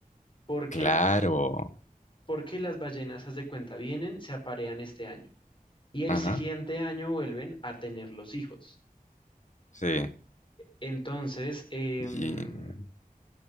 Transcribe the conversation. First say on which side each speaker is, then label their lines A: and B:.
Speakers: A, on the left (about 35°); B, on the left (about 55°).
A: ¿Por qué?
B: Claro.
A: Porque las ballenas, haz de cuenta, vienen, se aparean este año y el
B: Ajá,
A: siguiente año vuelven a tener los hijos.
B: sí.
A: Entonces, em,
B: Y-